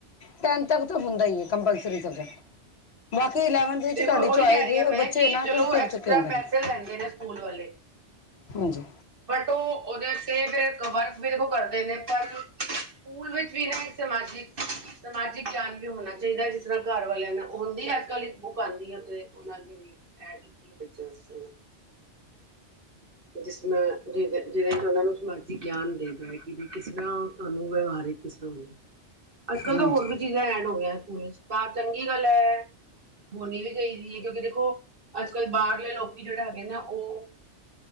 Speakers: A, on the left; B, on the right.
A: ਟੈਨ ਤੱਕ ਤਾਂ ਹੁੰਦਾ ਹੀ ਹੈ ਕੰਪਲਸਰੀ ਸਬਜੈਕਟ <unintelligible> ਇਲੈੰਵਥ ਵਿੱਚ
B: ਦੇਖੋ
A: ਤੁਹਾਡੀ
B: ਉਹੀ
A: ਚੋਇਸ
B: ਕਹਿ ਰਹੀ
A: ਏ
B: ਹਾਂ ਮੈਂ
A: ਬੱਚੇ
B: ਕਿ
A: ਇਹਨਾਂ
B: ਚਲੋ
A: ਕੁ ਸਿੱਖ
B: ਐਕਸਟਰਾ
A: ਚੁੱਕੇ ਹੁੰਦੇ
B: ਪੈਸੇ
A: ਨੇ।
B: ਲੈਂਦੇ ਨੇ ਸਕੂਲ ਵਾਲੇ
A: ਹਾਂਜੀ
B: ਬਟ ਉਹ ਉਹਦੇ ਤੇ ਫਿਰ ਵਰਕ ਵੀ ਦੇਖੋ ਕਰਦੇ ਨੇ ਪਰ ਸਕੂਲ ਵਿੱਚ ਵੀ ਨਾ ਸਮਾਜਿਕ ਸਮਾਜਿਕ ਗਿਆਨ ਵੀ ਹੋਣਾ ਚਾਹੀਦਾ ਹੈ ਜਿਸ ਤਰ੍ਹਾਂ ਘਰ ਵਾਲਿਆਂ ਨੂੰ ਹੁੰਦੀ ਅੱਜ ਕੱਲ੍ਹ ਇੱਕ ਬੁੱਕ ਆਉਂਦੀ ਹੈ। ਉਹਨਾਂ ਦੀ ਵੀ ਐਡ ਕੀਤੀ ਹੈ ਬੱਚਿਆਂ ਵਾਸਤੇ ਜਿਸ ਨਾਲ ਜਿਹ ਜਿਹਦੇ ਚ ਉਹਨਾਂ ਨੂੰ ਸਮਾਜਿਕ ਗਿਆਨ ਦੇਦਾ ਹੈ ਕਿ ਵੀ ਕਿਸ ਤਰ੍ਹਾਂ ਤੁਹਾਨੂੰ ਵਿਵਹਾਰ ਕਿਸ ਅੱਜ ਕੱਲ
A: ਹਾਂਜੀ
B: ਤਾਂ ਹੋਰ ਵੀ ਚੀਜ਼ਾਂ ਐਡ ਹੋ ਗਈਆਂ ਸਕੂਲ ਤਾਂ ਚੰਗੀ ਗੱਲ ਹੈ। ਹੋਣੀ ਵੀ ਚਾਹੀਦੀ ਹੈ ਕਿਉਂਕਿ ਦੇਖੋ ਅੱਜ ਕੱਲ੍ਹ ਬਾਹਰਲੇ ਲੋਕੀ ਜਿਹੜੇ ਹੈਗੇ ਨਾ ਉਹ <inaudible>